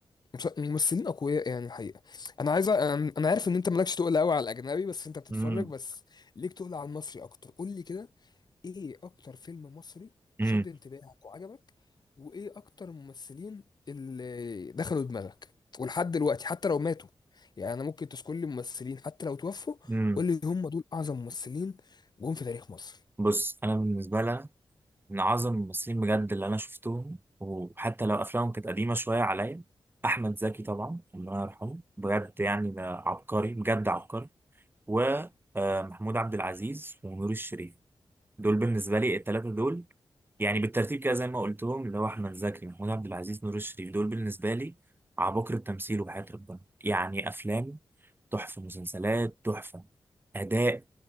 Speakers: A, on the left; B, on the right.
A: فممثلين اقوياء يعني الحقيقة انا عايز أ- انا عارف ان انت مالكش تقول قوي على الاجنبي بس انت بتتفرج
B: امم
A: بس ليك تقول على المصري اكتر قول لي كده ايه اكتر فيلم مصري شد
B: امم
A: انتباهك وعجبك وايه اكتر ممثلين اللي دخلوا دماغك ولحد دلوقتي حتى لو ماتوا يعني انا ممكن تذكر لي ممثلين حتى لو توفوا
B: امم
A: قول لي هم دول اعظم ممثلين جم في تاريخ مصر
B: بص انا بالنسبه لي من اعظم الممثلين بجد اللي انا شفتهم وحتى لو افلامهم كانت قديمه شويه عليا احمد زكي طبعا الله يرحمه بجد يعني ده عبقري بجد عبقري ومحمود عبد العزيز ونور الشريف دول بالنسبه لي الثلاثه دول يعني بالترتيب كده زي ما قلت لهم اللي هو احمد زكي محمود عبد العزيز نور الشريف دول بالنسبه لي عباقرة التمثيل وحياة ربنا يعني افلام تحفه مسلسلات تحفه اداء